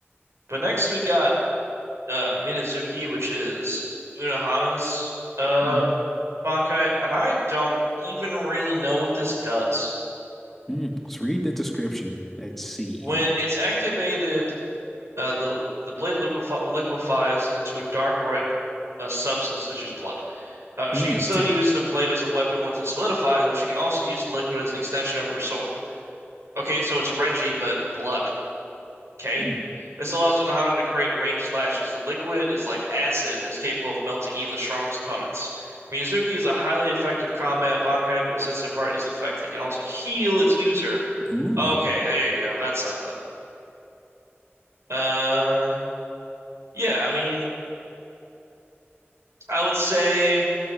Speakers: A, on the right; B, in the centre.
A: But next we got uh, Minazuki, which is Unohana's uh,
B: mhm.
A: Bankai, and I don't even really know what this does.
B: Mm. Let's read the description. Let's see.
A: When it's activated, uh, the the blade liquefi liquefies into a dark red uh, substance, such as blood. Uh, she
B: Mm.
A: can still
B: T-
A: use the blade as a weapon once it solidifies, but she can also use liquid as an extension of her sword. Okay, so it's Renji, but blood. Okay.
B: mm.
A: This allows Unohana to create ranged slashes. The liquid is like acid and is capable of melting even the strongest opponents. Miyazuki is a highly effective combat Bankai, but what sets it apart is the fact that it can also heal its user.
B: <laughs> Ooh.
A: Okay, there you go. That's something. Uh, yeah, I mean, I would say